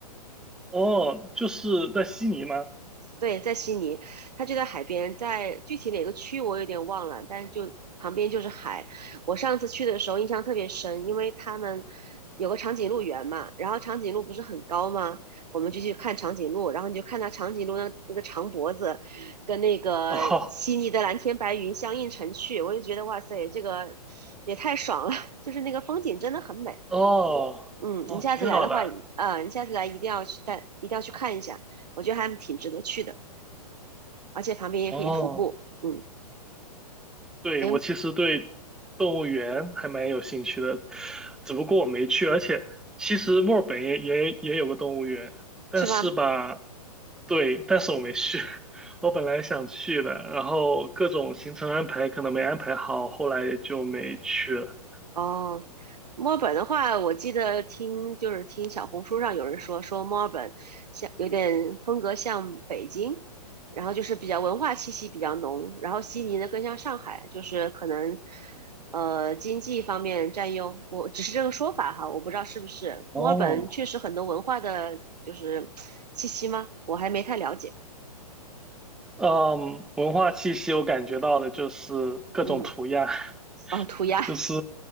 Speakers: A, in the centre; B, on the right.
A: 哦，就是在悉尼吗？
B: 对，在悉尼，它就在海边，在具体哪个区我有点忘了，但是就旁边就是海。我上次去的时候印象特别深，因为他们有个长颈鹿园嘛，然后长颈鹿不是很高吗？我们就去看长颈鹿，然后你就看到长颈鹿那那个长脖子，跟那个悉尼的蓝天白云相映成趣，
A: 哦
B: 我就觉得哇塞，这个也太爽了，<laughs> 就是那个风景真的很美。
A: 哦哦，
B: 嗯，你下次来的话，
A: 挺好的。
B: 啊，你下次来一定要去带，一定要去看一下，我觉得还挺值得去的。而且旁边也可以徒步。
A: 哦
B: 嗯，
A: 对，
B: 诶，
A: 我其实对动物园还蛮有兴趣的，只不过我没去。而且其实墨尔本也也也有个动物园，但是吧，
B: 是吧？
A: 对，但是我没去。<laughs> 我本来想去的，然后各种行程安排可能没安排好，后来也就没去了。
B: 哦，墨尔本的话，我记得听就是听小红书上有人说，说墨尔本像有点风格像北京，然后就是比较文化气息比较浓，然后悉尼呢更像上海，就是可能呃经济方面占优。我只是这个说法哈，我不知道是不是墨尔本确实很多文化的就是气息吗？
A: 哦，
B: 我还没太了解。
A: 嗯，文化气息我感觉到的就是各种涂鸦，
B: 嗯，
A: <laughs>
B: 哦，涂鸦，
A: 就是